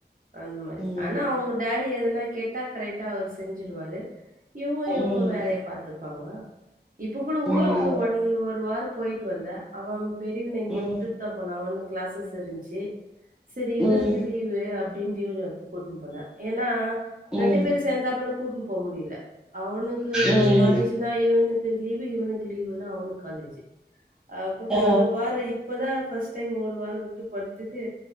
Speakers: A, on the right (about 50°); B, in the centre.
A: அந்த மாறி
B: ம்
A: ஆனா அவுங்க டாடி எதனா கேட்டா கரெக்டா அவரு செஞ்சுடுவாரு இவுங்க இவுங்க
B: ம்
A: வேலய பாத்துப்பாங்க இப்ப கூடோ
B: ம்
A: ஊருக்கு ஒன் ஒரு வாரொ போயிட்டு வந்த அவன் பெரிவன இங்க
B: ம்
A: வுட்டுட்டு தான் போன அவனுக்கு க்ளாஸஸ் இருந்ச்சி செரி இவுருக்கு
B: ம்
A: லீவு அப்டின்டு இவுரு கூட்டுன் போல ஏன்னா
B: ம்
A: ரெண்டு பேரு சேந்தாப்பல கூட்டுன் போ முடியல அவனுக்கு
B: ம் ம்
A: காலேஜுனா இவுனுக்கு லீவு இவுனுக்கு லீவுனா அவனுக்கு காலேஜு அப்புறமா
B: ஆ
A: ஒரு வாரொ இப்பதா ஃபர்ஸ்ட் டைம் ஒரு வாரொ வுட்டு போன்துக்கு